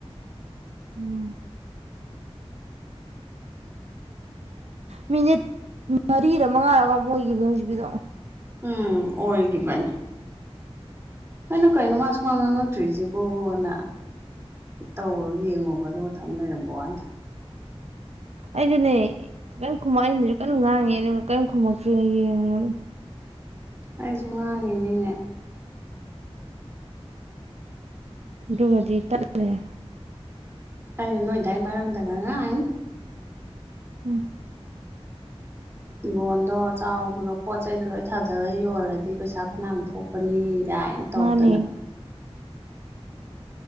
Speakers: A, on the right; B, on the right.
A: ꯎꯝ ꯃꯤꯅꯤꯠ ꯃꯔꯤꯔ ꯃꯉꯥꯔꯒ ꯃꯣꯏꯒꯤ ꯍꯧꯖꯤꯛꯀꯤꯗꯣ
B: ꯎꯝ ꯑꯣꯏꯈꯤꯕꯅꯤ ꯑꯩꯅ ꯀꯩꯅꯣ ꯃꯥ ꯁꯀꯥꯡ ꯉꯥꯡꯉꯛꯇ꯭ꯔꯤꯁꯤꯕꯣꯅ ꯇꯧꯔꯣ ꯌꯦꯡꯉꯣꯕ ꯑꯗꯨꯒ ꯊꯝ ꯂꯩꯔꯝꯃꯣ <inaudible>
A: ꯑꯩꯗꯤꯅꯦ ꯀꯔꯤꯝ ꯈꯃꯛ ꯑꯗꯨꯁꯨ ꯀꯟꯅ ꯉꯥꯡꯉꯦ ꯑꯗꯨꯒ ꯀꯔꯤꯝ ꯈꯨꯝꯃꯛꯇꯅꯦ ꯌꯦꯡꯕꯅꯦ
B: ꯑꯩꯁꯨ ꯉꯥꯡꯉꯤꯅꯤꯅꯦ
A: ꯑꯗꯨꯕꯗꯤ ꯇꯠ ꯂꯩꯔꯦ
B: ꯑꯩꯅꯥ ꯅꯣꯏꯗꯥꯥꯏ ꯃꯔꯝꯗꯉꯪꯉꯤ
A: ꯎꯝ
B: ꯂꯣꯟꯗꯣ ꯆꯥꯎꯕꯗꯣ ꯄꯣꯠ ꯆꯩꯗꯣ ꯂꯣꯏ ꯊꯥꯖꯔ ꯌꯣꯜꯂꯗꯤ ꯄꯩꯁꯥ ꯐꯅꯌꯥꯝ ꯊꯣꯛꯄꯅꯤ ꯏꯅ ꯇꯧꯗꯅ
A: ꯃꯥꯅꯦ